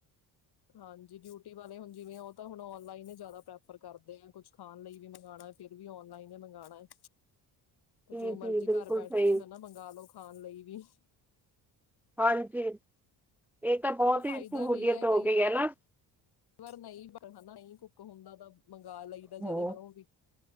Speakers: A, on the left (about 70°); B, in the centre.
A: ਹਾਂਜੀ ਬਿਊਟੀ ਵਾਲੇ ਹੁਣ ਜਿਵੇਂ ਉਹ ਤਾਂ ਹੁਣ ਔਨਲਾਈਨ ਹੀ ਜ਼ਿਆਦਾ ਪ੍ਰੈਫਰ ਕਰਦੇ ਆ ਕੁ ਖਾਣ ਲਈ ਵੀ ਮੰਗਉਣਾ। ਫੇਰ ਵੀ ਔਨਲਾਈਨ ਹੀ ਮੰਗਉਣਾ ਹੈ।
B: <inaudible>
A: ਤੇ ਜੋ
B: ਜੀ
A: ਮਰਜੀ
B: ਬਿਲਕੁਲ
A: ਘਰ ਬੈਠ
B: ਸਹੀ
A: ਕੇ, ਹਨਾ ਮੰਗਾ ਲਓ, ਖਾਣ ਲਈ ਵੀ।
B: ਹਾਂਜੀ ਇਹ ਤਾਂ ਬਹੁਤ
A: ਚਲੋ
B: ਹੀ
A: ਫਾਇਦਾ
B: ਸਹੂਲੀਅਤ
A: ਵੀ
B: ਹੋ
A: ਕਈ
B: ਗਈ ਹੈ ਨਾ
A: ਵਾਰ ਨਹੀਂ ਪਰ ਨਹੀਂ ਕੁੱਕ ਹੁੰਦਾ ਤਾਂ ਮੰਗਵਾ ਲਈਦਾ
B: ਹਾਂ
A: ਜਦੇ ਬਾਹਰੋਂ ਵੀ